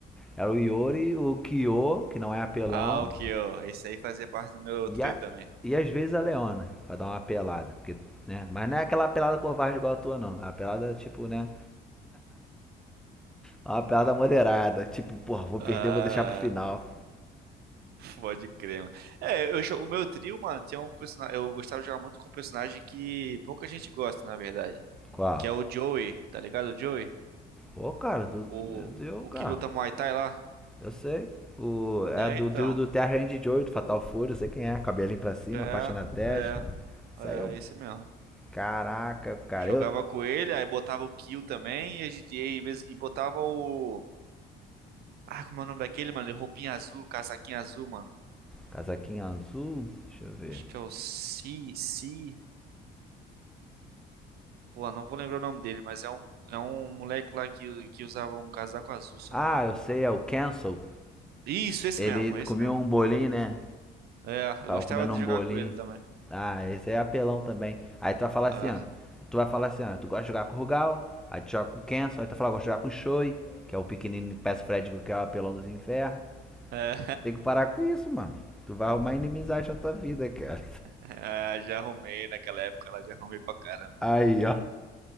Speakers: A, in the centre; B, on the right (about 70°).
A: Era o Iori, o Kyo, que não é apelão.
B: Ah, o Kyo. Esse aí fazia parte do meu
A: E,
B: trio
A: a,
B: também.
A: e às vezes a Leona, pra dar uma apelada. Porque, né? Mas não é aquela apelada covarde igual a tua, não. É uma apelada, tipo, né? É Uma apelada moderada. Tipo, porra, vou
B: Ah,
A: perder, vou deixar pro final.
B: pode crer, mano. É, eu, jo- o meu trio, mano, tinha um personagem, eu gostava de jogar muito com um personagem que pouca gente gosta, na verdade,
A: Qual?
B: que é o Joey, tá ligado? O Joey,
A: Ô, cara, tu,
B: o
A: meu Deus,
B: o
A: cara.
B: que luta Muay Thai lá.
A: Eu sei. O, é
B: É,
A: a do
B: então,
A: trio do Terra Randy Joy, do Fatal Fury, eu sei quem é. Cabelinho pra cima,
B: É,
A: faixa na testa.
B: é,
A: Saiu,
B: é, esse mesmo.
A: Caraca, cara.
B: Jogava
A: Eu,
B: com ele, aí botava o Kill também, e, a gente- e, às vezes- e botava o. Ah, como é o nome daquele, mano? De Roupinha azul, casaquinho azul, mano.
A: casaquinho azul. Deixa eu ver.
B: Acho que é o Si, Si. Pô, não vou lembrar o nome dele, mas é um, é um moleque lá que, que usava um casaco azul, se
A: Ah,
B: eu não me engano.
A: eu sei, é o Cancel.
B: Isso, esse
A: Ele
B: mesmo,
A: comia
B: esse mesmo.
A: um bolinho, né?
B: É, eu
A: Tava
B: gostava
A: comendo
B: de
A: um
B: jogar
A: bolinho.
B: com ele também.
A: Ah, esse é apelão também. Aí tu vai falar
B: Ah,
A: assim, ó. Tu vai falar assim, ó. Tu gosta de jogar com o Rugal, aí tu joga com o Cancel, aí tu fala, gosta de jogar com o Shoei, que é o pequenino peço Fred, que é o apelão dos infernos.
B: é,
A: Tem que parar com isso, mano. Tu vai arrumar inimizade na tua vida, cara.
B: <laughs> é, já arrumei naquela época lá, já arrumei pra caramba.
A: Aí, ó.